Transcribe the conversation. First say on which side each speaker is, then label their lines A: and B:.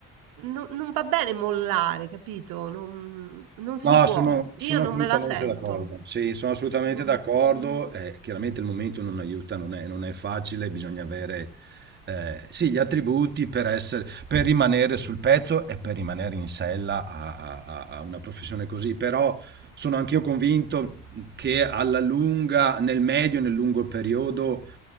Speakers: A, on the right (about 65°); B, on the right (about 30°).
A: No- non va bene mollare, capito? Non, non si
B: No,
A: può.
B: sono, sono
A: Io non
B: assolutamente
A: me la sento.
B: d'accordo. Sì, sono assolutamente
A: Non-
B: d'accordo.
A: mm.
B: Eh, chiaramente il momento non aiuta, non è, non è facile, bisogna avere eh, sì, gli attributi per essere, per rimanere sul pezzo e per rimanere in sella a, a- a- a una professione così. Però sono anch'io convinto che alla lunga, nel medio e nel lungo periodo,